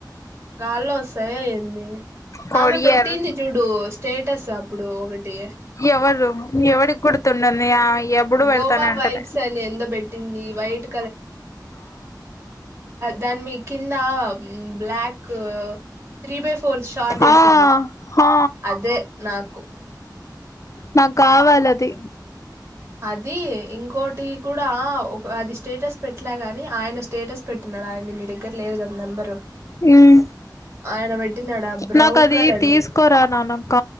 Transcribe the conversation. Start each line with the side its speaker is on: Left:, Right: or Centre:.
Right: గాల్లో వస్తాయా ఏందీ
Left: కొరియర్
Right: ఆమె పెట్టింది చూడు స్టేట్ ఎట్టసా అప్పుడు ఒకటి
Left: ఎవరు ఎవడికొడుతుండన్నయా ఇ ఎవ్యడు పెడతానంటలె
Right: గోవా వైబ్స్ అని ఎందో పెట్టింది వైట్ దానిమి కిందా black three by four short ఏసింది
Left: ఆ ఆ
Right: అదే నాకు
Left: నాకు కావాలది
Right: అది ఇంకోటి కూడా ఒక అది స్టేటస్ పెట్టలేగాని ఆయన స్టేటస్ పెట్టిన్నాడు ఆయనది నీ దగ్గర లేదు కదా నెంబరు
Left: మ్
Right: ఆయన పెట్టినాడు ఆ బ్రౌన్
Left: నాకు అది
Right: కలర్ది
Left: తీసుకోరా
Right: ఒకటి
Left: నానక్క